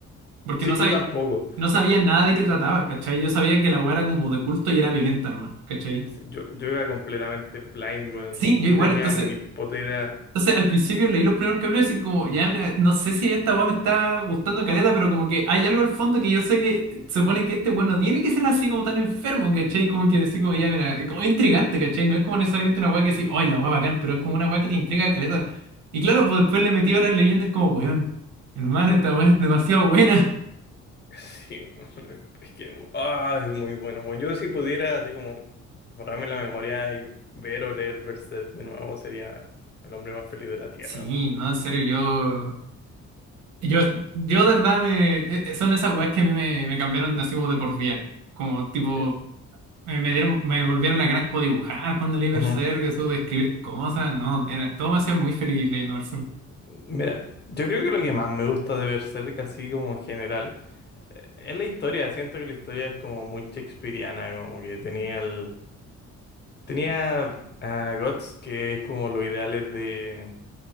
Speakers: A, on the right (about 80°); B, on the left (about 35°).
A: Porque
B: Sí,
A: no sabía,
B: yo tampoco.
A: no sabía nada de qué trataba, ¿cachai? Yo sabía que la weá era como de culto y era violenta nomás, ¿cachai?
B: Sí, Yo, yo era completamente blind, weón.
A: Sí,
B: No
A: yo igual,
B: tenía
A: entonces.
B: ni puta idea.
A: Entonces, al principio leí los primeros capítulos y como, ya, mira, no sé si esta weá me está gustando caleta, pero como que hay algo al fondo que yo sé que se supone que este weón no tiene que ser así como tan enfermo, ¿cachai? Como que decir, como, ya, mira, como es como intrigante, ¿cachai? No es como necesariamente una weá que decís, ¡ay, la weá bacán! Pero es como una weá que te intriga caleta. Y claro, pues después le metí horas leyendo, es como, weón, hermano, esta weá es demasiado buena.
B: Sí, weón. <laughs> Es que, ah, es muy bueno. Bueno, yo si pudiera, así como, borrarme la memoria y ver o leer Berserk de nuevo, sería el hombre más feliz de la Tierra,
A: Sí,
B: weón.
A: no, en serio, yo. Yo, yo de verdad me. e- e- Son esas weas que a mí me, me cambiaron así como de por vida. Como tipo.
B: Sí.
A: Me, me dieron, me volvieron las ganas como de dibujar cuando leí Berserk,
B: Ujú.
A: eso de escribir cosas, no, era, todo me hacía muy feliz leyendo Berserk.
B: Mira, yo creo que lo que más me gusta de Berserk, así como en general, eh, es la historia. Siento que la historia es como muy shakespeariana, como que tenía el Tenía a Guts, que es como los ideales de...